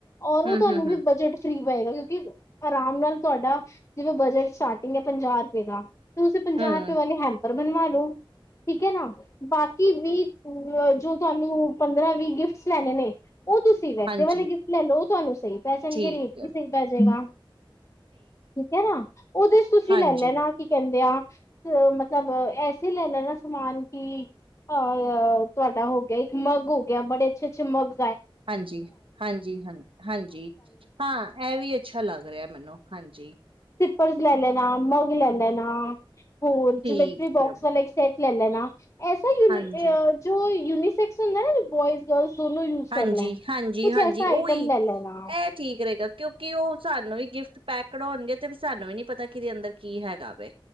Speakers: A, on the left; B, on the right.
A: ਔਰ ਉਹ
B: ਹਮ
A: ਤੁਹਾਨੂੰ
B: ਹਮ
A: ਵੀ
B: ਹਮ
A: ਬਜਟ ਫਰੀ ਪਏਗਾ ਕਿ ਆਰਾਮ ਨਾਲ ਤੁਹਾਡਾ ਜਿਵੇਂ ਬਜਟ ਸਟਾਰਟਿੰਗ ਹੈ ਪੰਜਾਹ ਰੁਪਏ ਦਾ ਤੁਸੀਂ ਪੰਜਾਹ
B: ਹਮ
A: ਰੁਪਏ ਵਾਲੇ ਹੈ ਪਰ ਬਣਵਾ ਲੋ। ਠੀਕ ਹੈ ਨਾ ਬਾਕੀ ਵੀ ਜੋ ਤੁਹਾਨੂੰ ਪੰਦਰਾਂ ਵੀਹ ਗਿਫਟਸ ਲੈਣੇ ਨੇ ਉਹ ਤੁਸੀਂ ਵੈਸੇ
B: ਹਾਂਜੀ
A: ਵਾਲੇ ਗਿਫ਼ਟ ਲੈ ਲਓ ਤੁਹਾਨੂੰ, ਸਹੀ ਪੈ ਜਾਣਗੇ
B: ਠੀਕ
A: ਰੇਟ
B: ਹੈ
A: ਵੀ ਸਹੀ ਪੈਜੇਗਾ। ਠੀਕ ਹੈ, ਨਾ ਉਹਦੇ ਚ ਤੁਸੀਂ
B: ਹਾਂਜੀ
A: ਲੈ ਲੈਣਾ ਕੀ ਕਹਿੰਦੇ ਆ ਅ ਮਤਲ ਸ ਐਸੇ ਲੈ ਲੈਣਾ ਸਮਾਨ ਕਿ ਅ ਤੁਹਾਡਾ ਹੋ ਗਿਆ ਇੱਕ ਮਗ ਹੋ ਗਿਆ ਬੜੇ ਅੱਛੇ ਅੱਛੇ ਮਗ।
B: ਹਾਂਜੀ ਹਾਂਜੀ ਹਾਂ ਹਾਂਜੀ ਹਾਂ ਇਹ ਵੀ ਐ। ਅੱਛਾ ਲੱਗ ਰਿਹਾ। ਮੈਨੂੰ ਹਾਂਜੀ,
A: ਸਿਪਲਸ ਲੈ ਲੈਣਾ ਮਗ ਲੈ ਲੈਣਾ। ਹੋਰ
B: ਠੀਕ
A: ਜਮੈਟਰੀ ਬੋਕਸ
B: ਹੈ
A: ਵਾਲਾ ਇੱਕ ਸੈਟ ਲੈ ਲੈਨਾ ਐਸਾ ਯੂਨੀ
B: ਹਾਂਜੀ।
A: ਜੋ ਯੂਨੀਸੈਕਸ ਹੁੰਦਾ ਬੋਇਜ਼ ਗਰਲਸ। ਦੋਨੋ ਯੂਜ
B: ਹਾਂਜੀ
A: ਕਰ ਲੈਣ
B: ਹਾਂਜੀ
A: ਕੁਛ
B: ਹਾਂਜੀ
A: ਐਸਾ ਆਈਟਮ
B: ਉਹੀ ਇਹ
A: ਲੈ ਲੈਣਾ
B: ਠੀਕ ਰਹੇਗਾ, ਕਿਉਂਕਿ ਉਹ ਸਾਨੂੰ ਹੀ ਗਿਫਟ ਪੈਕ ਕਢਾਉਣਗੇ ਤੇ ਸਾਨੂੰ ਵੀ ਨੀ ਪਤਾ ਕਿਦੇ ਅੰਦਰ ਕੀ ਹੈਗਾ ਵੇ